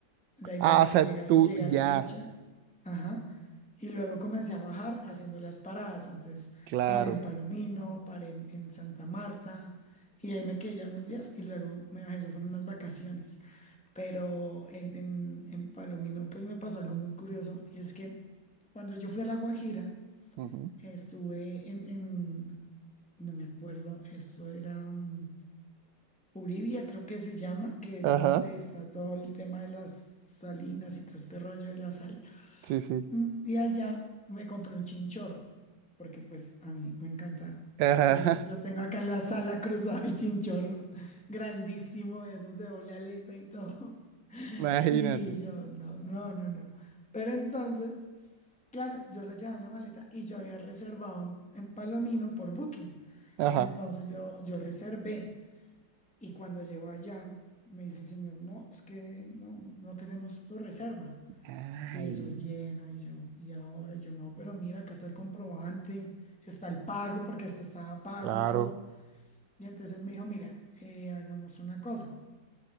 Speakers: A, in the centre; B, on the right.
A: la idea
B: Ah,
A: era
B: o sea,
A: llegar,
B: tú,
A: llegué
B: ya,
A: a Riohacha, ajá, y luego comencé a bajar haciendo las paradas. Entonces
B: claro.
A: paré en Palomino, paré en, en Santa Marta, y ahí me quedé ya unos días y luego me bajé, eso fueron unas vacaciones. Pero en, en, en Palomino pues me pasó algo muy curioso, y es que cuando yo fui a La Guajira,
B: Ujú.
A: estuve en, en no me acuerdo, esto era... mm, Uribia creo que se llama, que es
B: Ajá,
A: donde está todo el tema de las salinas y todo este rollo de la sal.
B: sí, sí.
A: Mm, Y allá me compré un chinchorro, porque pues a mí me encanta.
B: Ajá,
A: Obvio, yo tengo acá en la sala cruzado el chinchorro, grandísimo, de esos de doble aleta y todo.
B: <laughs> imagínate.
A: <laughs> Y yo, no, no, no, no. Pero entonces, claro, yo lo llevaba en la maleta y yo había reservado en, en Palomino por Booking.
B: Ajá.
A: Entonces yo, yo reservé. Y cuando llegó allá, me dice el señor, no, es que no, no no tenemos tu reserva.
B: Ay,
A: Y eso lleno, y yo, y ahora yo no, pero mira, acá está el comprobante, está el pago, porque hasta estaba pago
B: claro.
A: todo. Y entonces él me dijo, mira, eh, hagamos una cosa.